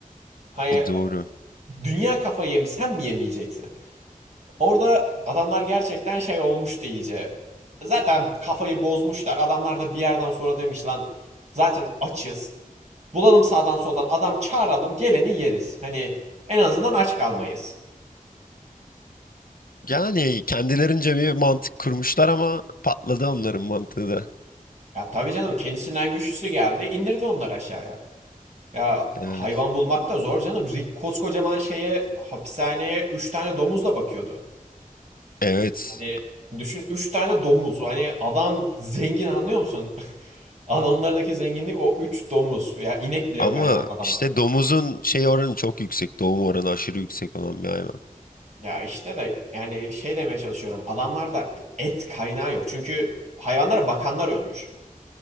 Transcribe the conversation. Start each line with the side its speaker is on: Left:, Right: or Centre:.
Right: Hani
Left: E, doğru.
Right: dünya kafayı yemiş sen mi yemeyeceksin? Orada adamlar gerçekten şey olmuştu iyice. Zaten kafayı bozmuşlar. Adamlar da bir yerden sonra demiş lan zaten açız. Bulalım sağdan soldan adam çağıralım geleni yeriz. Hani en azından aç kalmayız.
Left: Yani kendilerince bir mantık kurmuşlar ama patladı onların mantığı da.
Right: Ya tabii canım kendisinden güçlüsü geldi indirdi onları aşağıya. Ya hayvan
Left: Evet.
Right: bulmak da zor canım. Rick koskocaman şeye hapishaneye 3 tane domuzla bakıyordu.
Left: Evet.
Right: Hani düşün 3 tane domuz. Hani adam zengin anlıyor musun? <laughs> Adamlardaki zenginlik o 3 domuz. Ya inek bile
Left: Ama
Right: yok hayvan adamda.
Left: işte domuzun şey oranı çok yüksek. Doğum oranı aşırı yüksek olan bir hayvan.
Right: Ya işte de yani şey demeye çalışıyorum. Adamlarda et kaynağı yok. Çünkü hayvanlara bakanlar ölmüş.